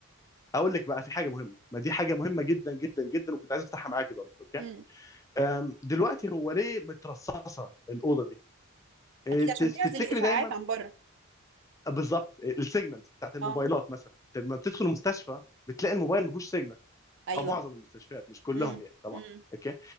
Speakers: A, on the left; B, on the right.
A: اقول لك بقى في حاجه مهمه ما دي حاجه مهمه جدا جدا جدا وكنت عايز افتحها معاكي برضه اوكي
B: امم
A: أم، دلوقتي هو ليه مترصصه الاوضه دي إيه،
B: اكيد
A: تف-
B: عشان تعزل
A: تفتكري
B: الاشعاعات
A: دايما
B: عن بره
A: آه، بالظبط آه، السيجنالز بتاعت الموبايلات
B: اه
A: مثلا انت لما بتدخل المستشفى بتلاقي الموبايل ما فيهوش سيجنال
B: ايوه
A: او معظم المستشفيات مش كلهم
B: امم
A: يعني طبعا
B: امم
A: اوكي